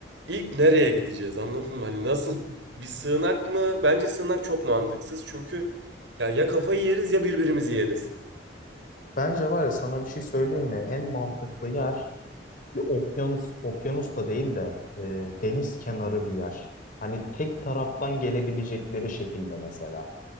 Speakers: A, on the right; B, on the left.
A: ilk nereye gideceğiz anladın mı? Hani nasıl bir sığınak mı? Bence sığınak çok mantıksız çünkü ya ya kafayı yeriz ya birbirimizi yeriz.
B: Bence var ya sana bir şey söyleyeyim mi? En mantıklı yer bir okyanus, okyanus da değil de e, deniz kenarı bir yer. Hani tek taraftan gelebilecekleri şekilde mesela.